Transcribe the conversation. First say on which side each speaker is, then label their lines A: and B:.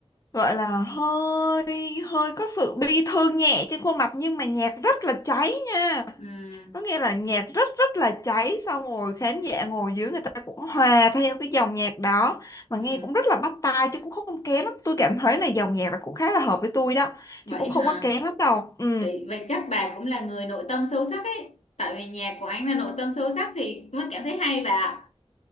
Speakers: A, on the left; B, on the left.
A: gọi là hơi hơi có sự bi thương nhẹ trên khuôn mặt nhưng mà nhạc rất là cháy nha
B: ừ,
A: có nghĩa là nhạc rất rất là cháy xong rồi khán giả ngồi dưới người ta cũng hòa theo cái dòng nhạc đó mà
B: ừ.
A: nghe cũng rất là bắt tai chứ cũng không kén lắm tôi cảm thấy là dòng nhạc là cũng khá là hợp với tôi đó
B: vậy
A: chứ cũng không
B: hả
A: có kén lắm đâu ừ
B: Vậy, vậy chắc bà cũng là người nội tâm sâu sắc ấy. Tại vì nhạc của anh là nội tâm sâu sắc thì mới cảm thấy hay bà. ạ.